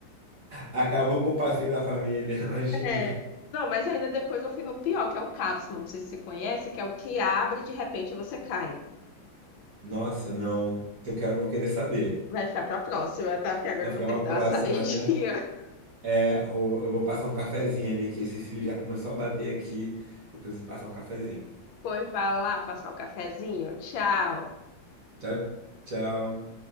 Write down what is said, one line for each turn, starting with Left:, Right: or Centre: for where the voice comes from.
Right: Acabou com o passeio da família. <laughs> Imagina.
Left: É. Não, mas ainda depois eu fui no pior, que é o cápsula, não sei se você conhece, que é o que abre e de repente você cai.
Right: Nossa, não. Eu quero, vou querer saber.
Left: Vai ficar pra próxima, tá? Porque agora
Right: Vai
Left: eu
Right: ficar
Left: vou ter
Right: pra
Left: que dar
Right: próxima,
Left: uma saidinha.
Right: né?
Left: <laughs>
Right: É, ou eu vou passar um cafezinho ali, que esse cílio já começou a bater aqui. Eu preciso passar um cafezinho.
Left: Pois vai lá, passar o cafezinho. Tchau.
Right: Tchau, tchau.